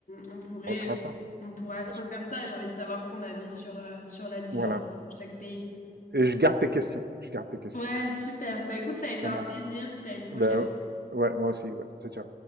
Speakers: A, on the left; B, on the right.
A: on pourrait,
B: <clears throat> On se fera ça.
A: on pourra se
B: On
A: refaire
B: se fera
A: ça. J'ai envie de savoir ton avis sur, euh, sur la différence
B: voilà.
A: entre chaque pays.
B: Et je garde tes questions. Je garde tes questions.
A: Ouais, super. Bah écoute, ça a été
B: Pas
A: un
B: mal.
A: plaisir, puis à une prochaine.
B: Ben, ouais, moi aussi, ouais. Ciao, ciao.